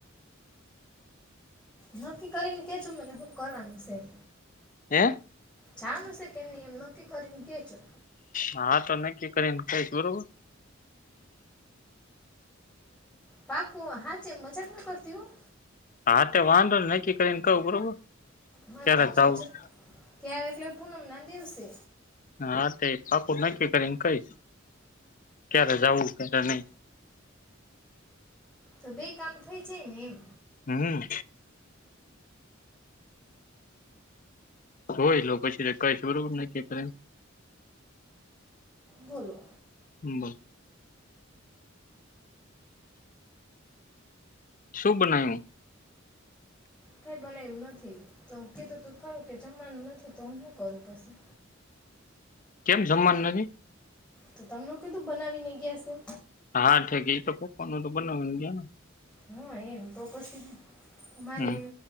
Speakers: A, in the centre; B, on the left.
A: નક્કી કરીને કે છું મને શું કરવાનું છે એમ.
B: હે
A: ચનું છે કે ન એમ નક્કી કરીને કે છેો.
B: હા તો નક્કી કરીને કઈશ બરોબર.
A: પાકું હા જેમ મજાક ના કરતી હું.
B: આ વાંધો નક્કી કરીને કહું બરોબર.
A: હા
B: ક્યારે
A: તો છો
B: જાવું
A: છો.
B: છે.
A: ક્યારે એટલે પૂનમના દિવસે.
B: હા હા તે પાાકું નક્કી કરીને કહીશ ક્યારે જવું ક્યારે નહી.
A: તો બે કામ થઈ જાય ને એમ.
B: હું હોય લો પછી કઈ જરૂર નકી કરે.
A: બોલો.
B: હબલ. શું બનાયું.
A: કઈ બનાયું નથી તો કીધું તું ખરું કે જમવાનું નથી તો હું શું કરું પછી.
B: કેમ જમવાનું નથી.
A: તો તમને કીધું બનાવી ને ગયા છે એમ.
B: હા ઠક તો પોકવાનું તો બનાવીને ને.
A: હા એમ તો પછી મારે
B: હમ